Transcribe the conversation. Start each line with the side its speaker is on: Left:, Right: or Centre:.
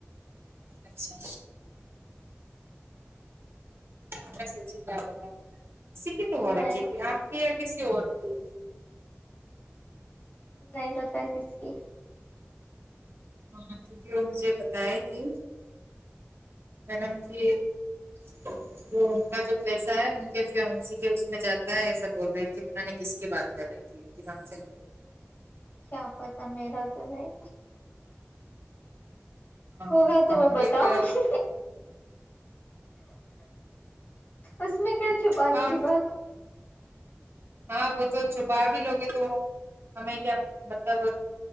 Right: اچھا آپ کیا سوچی کہ کیا پتہ تکسی کی تو ہو
Left: نہیں
Right: رکھی تھی آپ کی یا کسی اور کی
Left: نہیں پتہ ہے کس کی
Right: ہاں مما کیونکہ وہ مجھے بتائے تھے میڈم سے <inaudible> وہ ان کا جو پیسہ ہے ان کے فیونسی کے اس میں جاتا ہے ایسا بول رہی تھی پتہ نہیں کس کی بات کر رہی تھی د دماغ سے نکل
Left: کیا پتہ میرا تو نہیں
Right: ہاں
Left: ہوگا تو میں بتاؤں
Right: ایک
Left: گی اس میں کیا چھپانے
Right: ہاں
Left: کی بات
Right: ہاں وہ تو چھپا بھی لوگے تو ہمیں کیا مطلب